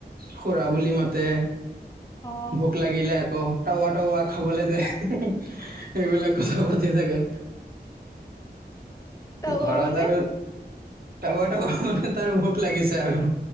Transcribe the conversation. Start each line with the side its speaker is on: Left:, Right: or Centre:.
Right: খুৰা বুলি মাতে,
Left: অ
Right: ভোক লাগিলে আকৌ। টাৱা টাৱা খাবলৈ দে, <unintelligible> সেইবিলাক কথা পাতি থাকে।
Left: তাৱা
Right: ঘৰত
Left: মানে
Right: আৰু। আৰু এটা কথা নহয় তাৰ ভোক লাগিছে আৰু।